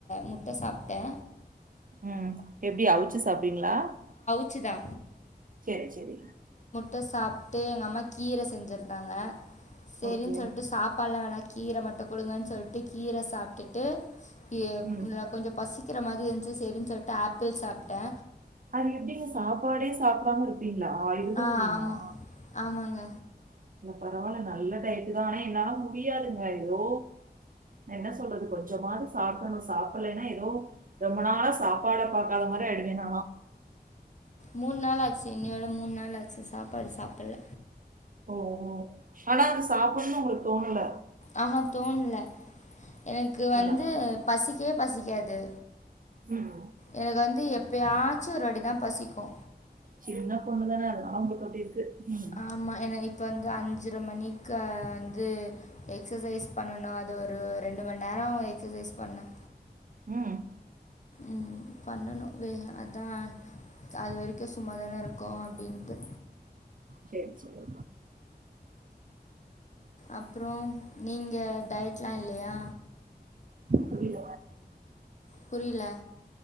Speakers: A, on the left; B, on the right.
A: முட்ட சாப்ட்டே
B: ம் எப்டி அவுச்சு சாப்டுவீங்ளா
A: ச்சுதா
B: சேரி சேரி
A: ட சாப்ட்டு எங்க அம்மா கீர செஞ்சிருந்தாங்க சேரின்
B: ஓகே.
A: சொல்ட்டு சாப்பாட்லா வேணா கீர மட்டு குடுங்கன் சொல்ட்டு கீர சாப்ட்டுட்டு கிய
B: ம்.
A: அ கொஞ்ச பசிக்கிற மாரி இருந் ந்ச்சு சேரின் சொல்ட்டு ஆப்பிள் சாப்ட்டே
B: அது எப்டிங்க சாப்பாடே சாப்டாம இருப்பீங்ளா இருந்துர
A: ஆ
B: முடியுமா
A: ஆமாம் ஆமாங்க
B: <inaudible> பரவால்ல நல்ல டயட்டு தா ஆனா என்னால முடியாதுங்க எதோ என்ன சொல்றது கொஞ்சமாவ்து சாப்டணு சாப் டலைனா எதோ ரொம்ப நாளா சாப்பாட பாக்காத மாரி ஆயிவேணா
A: மூணு நாள் ஆச்சு இன்னயோட மூணு நாள் ஆச்சு சாப்பாடு சாப்பிட்ல
B: ஓ! ஓ! ஆனா வந்து சாப்பிட்ணு உங்களுக்கு தோணல
A: ஆ ஹா தோண்ல எனக்கு
B: பரவால்ல.
A: வந்து பசிக்கவே பசிக் காது
B: ம்.
A: எனக்கு வந்து எப்பயாச்சு ஒரு வாட்டிதா பசிக்கு
B: செரி என்ன பொண்ணுதானே அதனாலா உங்களுக்கு அப்டி இருக்கு ம்
A: ஆமா என இப்ப வந்து அஞ்சு ஞ்சர மணிக்க வந்து எக்சசைஸ் பண்ணனு அது ஒரு ரெண்டு மண் நேர எக்சசை ஸ் பண்ண
B: ம்
A: ம் பண்ணணு வே அதா அது வரைக்கு சும்மாதான இருக்கோ அப்டின்ட்டு
B: சேரி சேரி
A: அப்றோ நீங்க டயட்லா இல்லையா
B: புரில
A: புரியில